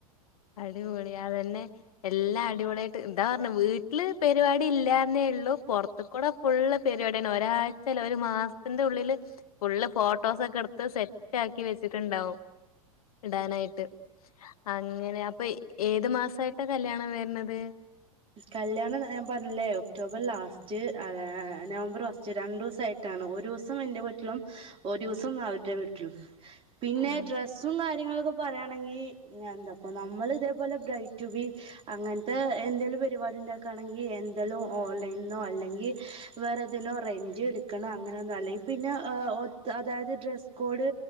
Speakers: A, on the left; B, on the right.
A: അടിപൊളി അതന്നെ എല്ലാം അടിപൊളിയായിട്ട് എന്താ പറഞ്ഞു വീട്ടില് പരിപാടി ഇല്ലാന്നേ ഇള്ളൂ, പുറത്ത് കൂടെ ഫുള്ള് പരിപാടിയാണ്, ഒരാഴ്ചല് ഒരു മാസത്തിന്റെ ഉള്ളില് ഫുള്ള് ഫോട്ടോസ് ഒക്കെ എടുത്ത് സെറ്റ് ആക്കി വെച്ചിട്ടുണ്ടാവും ഇടാനായിട്ട്, അ ങ്ങനെ അപ്പ ഏത് മാസായിട്ടാ കല്യാണം വരണത്?
B: കല്യാണം ഞാൻ പറഞ്ഞില്ലേ ഒക്ടോബർ ലാസ്റ്റ് <unintelligible> നവംബർ ഫസ്റ്റ് രണ്ടുസായിട്ടാണ്, ഒരുസം എന്റെ വീട്ടിലും ഒരുസം അവരുടെ വീട്ടിലും. പിന്നെ
A: ആഹ്
B: ഡ്രസ്സും കാര്യങ്ങളൊ ക്കെ പറയാണെങ്കി ഞാ ന്താ ഇപ്പ നമ്മള് ഇതേപോലെ ബ്രൈഡ് ടു ബി അങ്ങനത്തെ എന്തേലും പരിപാടി ഇണ്ടാക്കാണെങ്കി എന്തല്ലോ ഓൺലൈനോ അല്ലെങ്കിൽ വേറെതിനോ റേഞ്ച് എടുക്കന്ന അങ്ങനന്തോ അല്ലെ <unintelligible> അതായത് ഡ്രസ്സ് കോഡ്